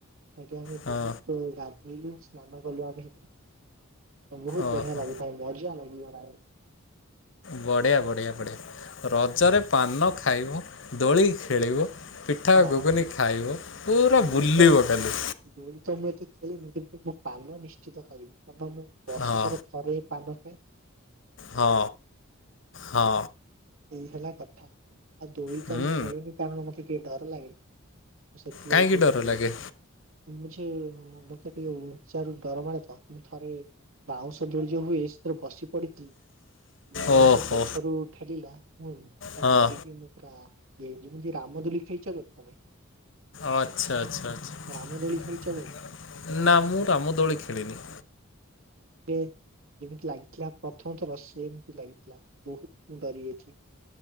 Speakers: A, on the right (about 75°); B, on the left (about 60°).
A: ଆଜ୍ଞା ଆମେ
B: ହଁ
A: ବହୁତ ଗାଧେଇଲୁ ସ୍ନାନ କଲୁ ଆମେ। ବହୁତ
B: ଓହୋ
A: ବଢିଆ ଲାଗୁଥାଏ ମଜା ଲାଗିିବ ରା
B: ବଢିଆ ବଢିଆ ବଢିଆ ରଜରେ ପାନ ଖାଇବ ଦୋଳି ଖେଳିବ। ପିଠା
A: ହଁ
B: ଗୁଗୁନି ଖାଇବ ପୁରା
A: ଦୋଳି
B: ବୁଲିବ
A: ତ
B: ଖାଲି।
A: ଦୋଳି ତ ମୁଁ ଏତେ ଖେଳିନି କିନ୍ତୁ ପାନ ନିଶ୍ଚିତ ଖାଇବି। ପାନ ମୁଁ ବର୍ଷକରେ
B: ହଁ
A: ଥରେ ହିଁ ପାନ ହ।
B: ହଁ ହଁ।
A: ଏଇ ହେଲା କଥା। ଆଉ ଦୋଇ
B: ହୁଁ
A: ତ ମୁଁ ଖେଳେନି କାରଣ ମୋତେ ଡର ଲାଗେ। ସେଥିଲାଗି
B: କାହିଁକି
A: ଟିକେ
B: ଡର
A: ଖେଳେ
B: ଲାଗେ
A: ମୁ ଯେ ମତେ ଟିକେ ଉଚ୍ଚା ରୁ ଡର ମାଡ଼େ ତ ମୁଁ ଥରେ ବାଉଁଶ ଦୋଳି ଯଉ ହୁଏ ସେଥିରେ ବସି ପଡିଥିଲି। ଜଣେ
B: ଓହୋ
A: ଏମତି ପଛରୁ ଠେଲିଲା ମୁଁ
B: ହଁ
A: ଡରିକି ମୁଁ ପୁରା ଯେମିତି ରାମଦୁଲିକ ଖେଲିଚ କେବେ ତମେ?
B: ଆଚ୍ଛା ଆଚଛା ଆଛା ଛା
A: ରାମଦୋଳି ଖେଳିଛ କେବେ?
B: ନା ମୁଁ ରାମ ଦୋଳି ଖେଳିନି।
A: ସେଥିରେ ଯେମିତି ଲାଗିଥିଲା ପ୍ରଥମଥର ସେ ଏମିତି ଲାଗିଥିଲା। ବହୁତ ମୁ ଡରି ଯାଇଚି